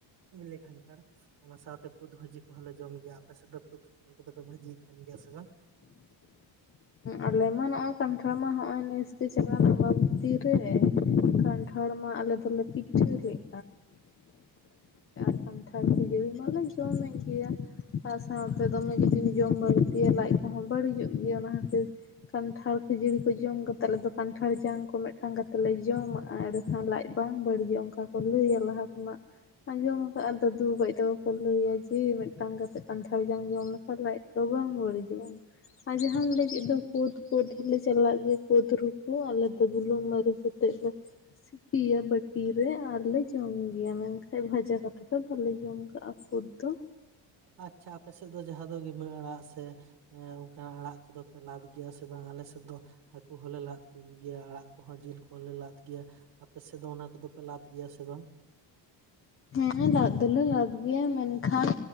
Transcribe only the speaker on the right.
ᱵᱤᱞᱤ ᱠᱷᱟᱱᱴᱟᱲ ᱚᱱᱟ ᱥᱟᱶᱛᱮ ᱠᱩᱫ ᱵᱷᱟᱹᱡᱤ ᱠᱚᱦᱚᱸᱞᱮ ᱡᱚᱢ ᱜᱮᱭᱟ ᱟᱯᱮ ᱥᱮᱫ ᱫᱚ <inaudible> ᱠᱚᱫᱚ ᱠᱚ ᱵᱷᱟᱹᱡᱤ ᱠᱟᱱ ᱜᱮᱭᱟ ᱥᱮ ᱵᱟᱝ?
ᱟᱪᱪᱷᱟ ᱟᱯᱮᱥᱮᱫ ᱫᱚ ᱡᱟᱦᱟᱸ ᱫᱚ ᱜᱤᱢᱟᱹ ᱟᱲᱟᱜ ᱥᱮ ᱦᱮᱸ ᱚᱱᱠᱟᱱᱟᱜ ᱟᱲᱟᱜ ᱠᱚᱫᱚ ᱯᱮ ᱞᱟᱫ ᱜᱮᱭᱟ ᱥᱮ ᱵᱟᱝ ᱟᱞᱮ ᱥᱮᱫ ᱫᱚ? ᱦᱟᱹᱠᱩ ᱦᱚᱞᱮ ᱞᱟᱫ ᱠᱚᱜᱮᱭᱟ ᱟᱲᱟᱜ ᱠᱚᱦᱚᱸ ᱡᱤᱞ ᱠᱚᱦᱚᱸ ᱞᱮ ᱞᱟᱫ ᱜᱮᱭᱟ ᱟᱯᱮ ᱥᱮᱫ ᱫᱚ ᱚᱱᱟ ᱠᱚᱫᱚᱯᱮ ᱞᱟᱫ ᱜᱮᱭᱟ ᱥᱮ ᱵᱟᱝ